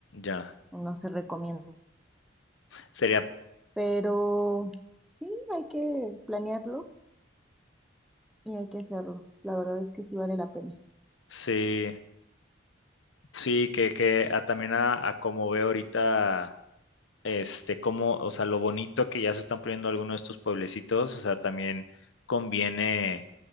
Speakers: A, on the left (about 70°); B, in the centre.
A: ya.
B: no se recomienda.
A: Sería,
B: Pero sí, hay que planearlo y hay que hacerlo. La verdad es que sí vale la pena.
A: sí, sí, que, que a- también a, a como veo ahorita. este, cómo, o sea, lo bonito que ya se están poniendo algunos de estos pueblecitos, o sea, también conviene